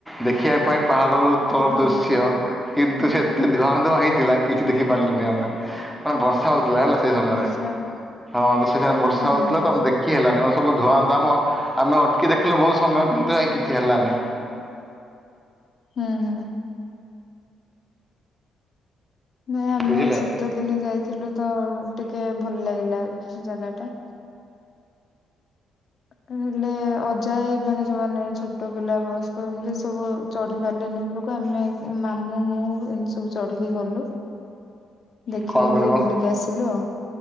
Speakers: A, in the centre; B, on the left.
A: ଦେଖିବା ପାଇଁ ପାହାଡ଼ର ତଳ
B: ହଁ
A: ଦୃଶ୍ୟ।
B: ହଁ
A: କିନ୍ତୁ ସେ ଏତେ ଧୁଆଁ ଧୁଆ ହେଇଥିଲା କିଛି ଦେଖି ପାରିଲୁନି ଆମେ ମାନେ ବର୍ଷା ହଉଥିଲା ହେଲା। ସେଇ ସମୟରେ
B: ଆଚ୍ଛା
A: ହଁ ତ ସେ ସମୟରେ ବର୍ଷା
B: ହଁ
A: ହଉଥିଲା
B: ହଁ
A: ତ ଆମେ ଦେଖ କି ହେଲାନି ସବୁ ଧୂଆଁ ଧୂଆଁ ଆମ ଆମେ ଅଟକି ଦେଖିଲୁ ବହୁତ ସମୟ କିନ୍ତୁ କିଛି ହେଲାନି।
B: ହୁଁ ହୁଁ। ନାଇଁ ଆମେ
A: ବୁଝିଲେ
B: ଶୀତ ଦିନେ ଯାଇଥିଲୁ ତ ଟିକେ ଭଲ ଲାଗିଲା ଜାଗାଟା। ହେଲେ ଅଜାଆଇମାନେ ଯୋମାନେ ଛୋଟ ପିଲା ବୟସ୍କ ଏମିତି ସବୁ ଚଢି ପାରିଲେନି। ରକୁ ଆମେ ମାମୁଁ, ମୁଁ ଏମିତି ସବୁ ଚଢିକି ଗଲୁ। ଦେଖିଲୁ
A: କ'ଣ କହିଲେ
B: ଟିକେ
A: କ'ଣ
B: ବୁଲିକି ଆସିଲୁ ଆଉ।